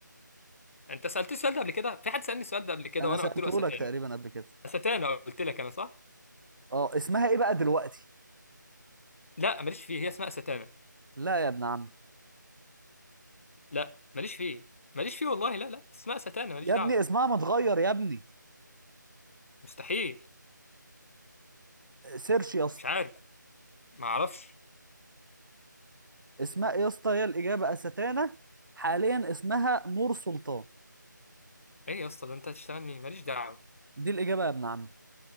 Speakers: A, on the left; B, on the right.
A: انت سألت السؤال ده قبل كده في حد سألني السؤال ده قبل كده
B: انا
A: وانا
B: سألته
A: قلت له استانه
B: لك تقريبا قبل كده
A: استانه قلت لك انا صح
B: اه اسمها ايه بقى دلوقتي
A: لا ماليش فيه هي اسمها استانه
B: لا يا ابن عم
A: لا ماليش فيه ماليش فيه والله لا لا اسمها استانه ماليش
B: يا
A: دعوه
B: ابني اسمها متغير يا ابني
A: مستحيل
B: سيرش يا اسطى
A: مش عارف ما اعرفش
B: اسمها ايه يا اسطى هي الاجابه استانه حاليا اسمها نور سلطان
A: ايه يا اسطى ده انت هتشتغل مين ماليش دعوه
B: دي الاجابه يا ابن عم